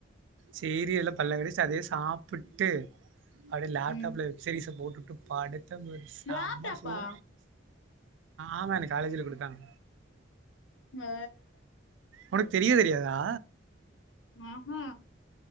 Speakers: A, on the right; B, on the left.
A: சேரி எல்லா பல்ல கடிச்ட்டு அதயே சாப்புட்டு அப்டியே லேப்டாப்ல
B: ம்
A: வெப்சீரிஸ போட்டுட்டு படுத்தம்பாரு செம
B: லேப்டாப்பா
A: சுக ஆமா எனக்கு காலேஜ்ல குடுத்தாங்
B: ஏ
A: உனக்கு தெரியே தெரியாதா
B: ஏ ஹே